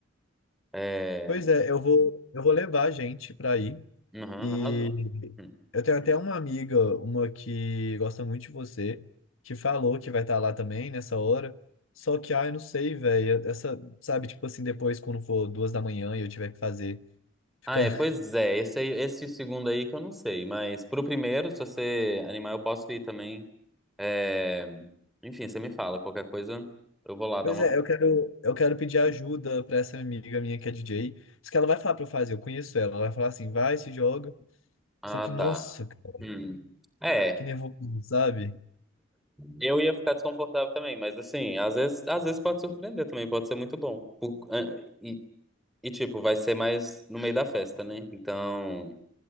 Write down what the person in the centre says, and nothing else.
É.
Aham,
arrasou. Hum.
Ah, é,
pois é, esse aí, esse segundo aí que eu não sei, mas pro primeiro, se você animar, eu posso ir também. É... Enfim, você me fala, qualquer coisa, eu vou lá
dar uma.
Ah,
tá.
Hum. É,
eu ia ficar desconfortável também, mas assim, às vezes, às vezes pode surpreender também, pode ser muito bom. Por- ah, E E, tipo, vai ser mais no meio da festa, né? Então,